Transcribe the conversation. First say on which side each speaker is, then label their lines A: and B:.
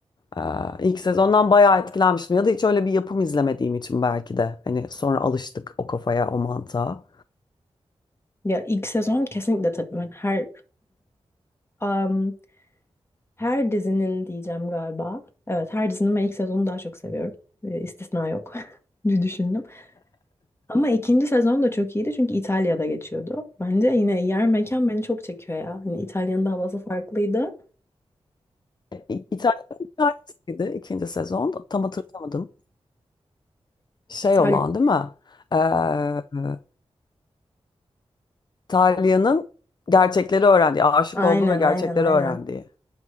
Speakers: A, on the left (about 45°); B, on the left (about 25°).
A: Ee, ilk sezondan bayağı etkilenmiştim. Ya da hiç öyle bir yapım izlemediğim için belki de. Hani sonra alıştık o kafaya, o mantığa.
B: Ya ilk sezon kesinlikle tabii ben her Am, her dizinin diyeceğim galiba. Evet, her dizinin ben ilk sezonu daha çok seviyorum. E, istisna yok. <laughs> diye düşündüm. Ama ikinci sezon da çok iyiydi çünkü İtalya'da geçiyordu. Bence yine yer mekan beni çok çekiyor ya. Hani İtalya'nın da havası farklıydı.
A: İ- İtalya hikayesiydi ikinci sezon. Tam hatırlamadım. şey
B: İtal
A: olan değil mi? Ee, Talia'nın gerçekleri öğrendiği, aşık
B: aynen
A: olduğu ve gerçekleri
B: aynen aynen.
A: öğrendiği.